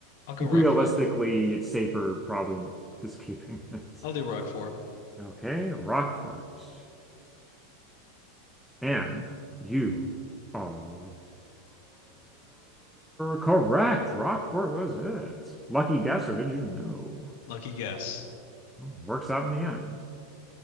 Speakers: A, on the left; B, in the centre.
A: I'll go
B: realistically,
A: Rockfort.
B: it's safer probably just keeping <laughs> this.
A: I'll do Rockfort.
B: Okay, Rockfort. And you are correct. Rockfort was it. Lucky guess, or did you know?
A: Lucky guess.
B: Well, Works out in the end.